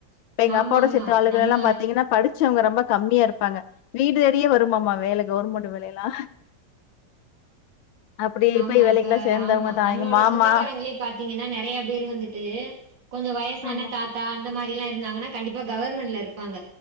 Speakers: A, on the left; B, on the right.
A: இப்ப எங்க
B: ஆமா
A: அப்பாவோட
B: ஆமா
A: சிட்டு ஆலுகளலா
B: நம்ம
A: பாத்தீங்கனா படித் சவ்ங்க ரொம்ப கம்மியா இருப்பாங்க வீடு தேடியே வருமாமா வேலை கவுவர்மெண்ட் வேலையெல்லா அப்படி
B: ஆமா
A: போய் வேலைக்கெல்லா
B: இப்ப
A: சேர்ந்தவங்க
B: ஆமா
A: தா
B: நம்மளோட
A: எங்க மாமா
B: சொந்தக்காரங்களே பாத்தீங்கனா நெறைய பேர் வந்துட்டு கொஞ்சோ வயசான
A: ஆமா
B: தாத்தா அந்த மாரிலா இருந்தாங்கன்னா கண்டிப்பா கவர்மெண்ட்ல இருப்பாங்க